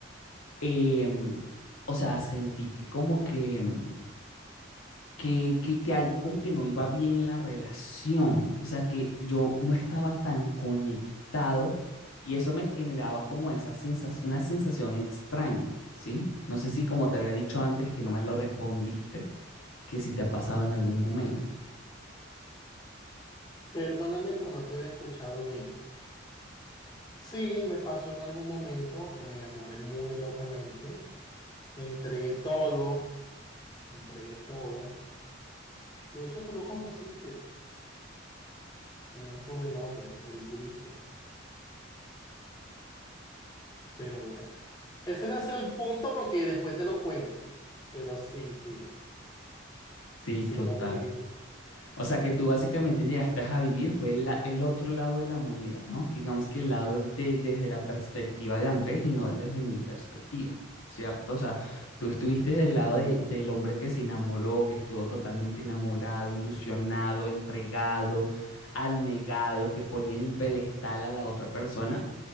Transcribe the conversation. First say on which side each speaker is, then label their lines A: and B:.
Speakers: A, on the left (about 85°); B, on the left (about 20°).
A: em, o sea, sentí que como que, em, que, que, que algo como que no iba bien en la relación, o sea, que yo no estaba tan conectado y eso me generaba como esa sensación, una sensación extraña, ¿sí? No sé si como te había dicho antes que no me lo respondiste, que si te ha pasado en algún momento.
B: Perdóname, pero no te había escuchado bien. Sí, me pasó en algún momento que me enamoré muy locamente. Entregué todo, entregué todo. De hecho, tú lo conociste. Tenía un sobrenombre, el grillo. Pero bueno, ese no es el punto porque después te lo cuento. Pero sí, sí,
A: Sí,
B: sí
A: total.
B: logré.
A: O sea que tú básicamente llegaste a vivir, fue el, la- el otro lado de la moneda, ¿no? Digamos que el lado de- desde la perspectiva de Andrés y no desde mi perspectiva, ¿cierto? O sea, tú estuviste del lado de- del hombre que se enamoró, que estuvo totalmente enamorado, ilusionado, entregado, anegado, que ponía en un pedestal a la otra persona.